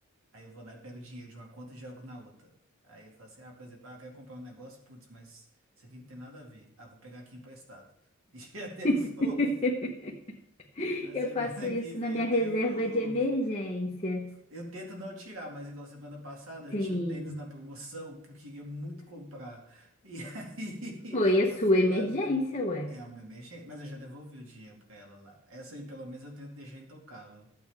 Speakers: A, on the right; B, on the left.
A: Aí eu vou lá e pego dinheiro de uma conta e jogo na outra. Aí eu falo assim, ah, por exemplo, ah, eu quero comprar um negócio, putz, mas isso aqui não tem nada a ver. Ah, vou pegar aqui emprestado. <laughs> E eu devolvo.
B: <laughs>
A: Na
B: Eu
A: semana
B: faço isso
A: que vem
B: na minha
A: eu devolvo.
B: reserva de emergência.
A: Eu tento não tirar, mas igual semana passada eu
B: Sim,
A: tinha um tênis na promoção que eu queria muito comprar. E <laughs> aí
B: foi a sua
A: eu fui
B: emergência,
A: lá na.
B: ué.
A: É uma emergência, mas eu já devolvi o dinheiro pra ela lá. Essa aí pelo menos eu tento deixar intocável.